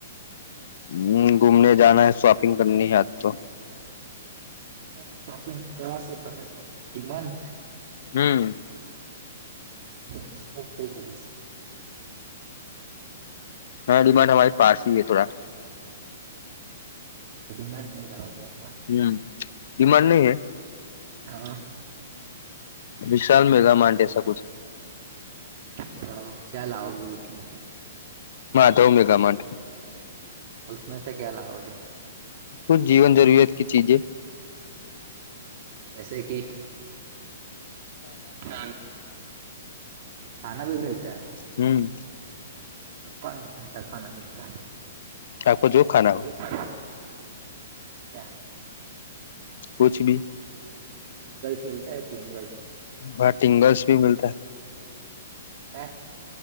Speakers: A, on the left (about 65°); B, on the right (about 50°).
A: હમ ઘૂમને જા હ શોપિંગ કરની હ આજ તો
B: સર શોપિંગ ક શ કરે ડિમાન્ડ
A: હમ
B: દુસરા કઈ જગ
A: હા ડિમાન્ડમારી પાસે હય થોડા
B: મારી મજા આવલી
A: હમ ડિમાડ નહી હે
B: હા
A: વિશાલ મેગા માર્ટેસા ક
B: હ ક્યા લાઓગે ઉમે
A: તોમેગા માટે
B: ઉમેસે ક્યા લાવઓગ
A: ક જીવન જરૂરિયાત કે ચીજે
B: જૈસે કે ખ ખ ભી મલતા
A: હમ
B: પાન ખણસા ખાના બનતા
A: આપકો જો ખા હો
B: હરા ક્યાં
A: કછ ભી
B: પ્રિંગલ્સ મલતા હૈ પ્રિંગલ્સ
A: હ ટિંગલ્સ ભી મલ
B: હ